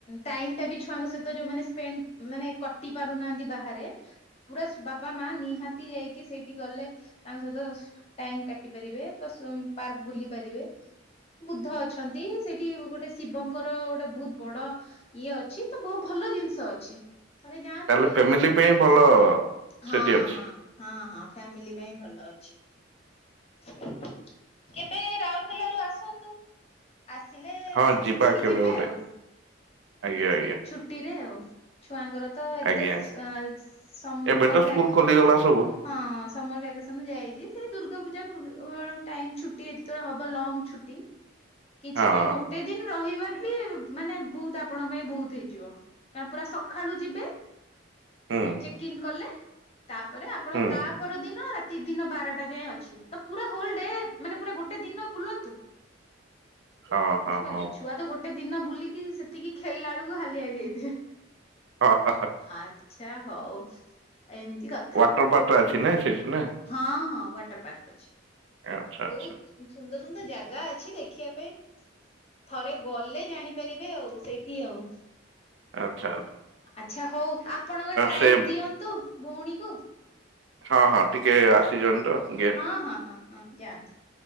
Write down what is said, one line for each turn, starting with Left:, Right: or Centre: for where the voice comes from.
Left: ଟାଇମ୍ ଟା ବି ଛୁଆଙ୍କ ସହିତ ଯୋଉମାନେ ସ୍ପେଣ୍ଡ ମାନେ କଟି ପାରୁନାହାନ୍ତି ବାହାରେ ପୁରା ବାପା ମା ନିହାତି ଯାଇକି ସେଇଠି ଗଲେ ତାଙ୍କ ସହିତ ଟାଇମ୍ କାଟି ପାରିବେ ପ୍ଲସ୍ ପାର୍କ ବୁଲି ପାରିବେ। ବୁଦ୍ଧ ଅଛନ୍ତି ସେଇଠି ଗୋଟେ ଶିବଙ୍କର ଗୋଟେ ବହୁତ ବଡ ଇଏ ଅଛି ତ ଭ-ଭଲ ଜିନିଷ ଅଛି। ଥରେ ଯାଆନ୍ତୁ
Right: ତାହେଲେ
Left: ଦେଖନ୍ତୁ
Right: ଫ୍ୟାମିଲି ପାଇଁ ଭଲ
Left: ହଁ
Right: ସେଠି ଅଛି।
Left: ହଁ। ହଁ ହଁ ଫ୍ୟାମିଲି ପାଇଁ ଭଲ ଅଛି। କେବେ ରାଉରକେଲାରୁ ଆସନ୍ତୁ। ଆସିଲେ
Right: ହଁ ଯିବା
Left: ଦେଖିକି
Right: କେବେ
Left: ଯିବେ
Right: ଗୋଟେ
Left: ଆଉ।
Right: ଆଜ୍ଞା ଆଜ୍ଞା।
Left: ଛୁଟିରେ ଆଉ ଛୁଆଙ୍କର ତ ଏବେ
Right: ଆଜ୍ଞା
Left: ତ ସ୍ ଅଁ ସମର୍
Right: ଏବେ ତ ସ୍କୁଲ
Left: ଭ୍ୟା
Right: ଖୋଲିଗଲା ସବୁ।
Left: ହଁ ସମର୍ ଭ୍ୟାକେସନ୍ ରୁ ତ ଯାଇଛି ସେ ଦୁର୍ଗା ପୂଜା ପୂର୍ବ ଟାଇମ୍ ଛୁଟି ଯେତେବେଳେ ହବ ଲଙ୍ଗ ଛୁଟି କିଛି
Right: ହଁ
Left: ନାଇଁ ଗୋଟେ ଦିନ ରହିବାର ବି ମାନେ ବୋହୁତ୍ ଆପଣଙ୍କ ପାଇଁ ବୋହୁତ୍ ହେଇଯିବ। ତା ପୁରା ସଖାଳୁ ଯିବେ
Right: ହୁଁ
Left: ଚେକ୍ ଇନ୍ କଲେ। ପରେ ଆପଣ
Right: ହୁଁ
Left: ତା ପରଦିନ ରା ତି ଦିନ ବାରଟା ଯାଏଁ ଅଛି ତ ପୁରା ହୋଲ୍ ଡେ ମାନେ ପୁରା ଗୋଟେ ଦିନ ବୁଲନ୍ତୁ। <inaudible>
Right: ହଁ
Left: ବୁଝିପାରଲେ
Right: ହଁ ହଁ।
Left: ଛୁଆ ତ ଗୋଟେ ଦିନ ବୁଲିକି ସେତିକି ଖେଳିଲା ଅଳୁକୁ ହାଲିଆ ହେଇଯାଇଥିବେ।
Right: ହଁ ହଁ
Left: ଆଚ୍ଛା ହଉ ଏମତି କ
Right: ୱାଟର୍ ପାର୍କଟା ଅଛି ନାଇଁ ସେଠି ନାଁ।
Left: ହଁ ହଁ ୱାଟର୍ ପାର୍କ ଅଛି।
Right: ଆଚ୍ଛା ଆଚ୍ଛା
Left: ବୋଉ ଉଁ ସୁନ୍ଦର ସୁନ୍ଦର ଜାଗା ଅଛି ଦେଖିବା ପାଇଁ। ଥରେ ଗଲେ ଜାଣିପାରିବେ ଆଉ ସେଇଠି ଆଉ।
Right: ଆଚ୍ଛା।
Left: ଆଚ୍ଛା ହଉ ଆପଣଙ୍କ ଟାଇମ୍
Right: ସେ
Left: ଦିଅନ୍ତୁ ଭୋଉଣୀକୁ।
Right: ହଁ ହଁ ଟିକେ ଆସିଚନ୍ତି ତ ଟିକେ ଆସିଚନ୍ ତ ଦି
Left: ଅଁ ହଁ ହଁ ହଁ ଯାଆନ୍ତୁ।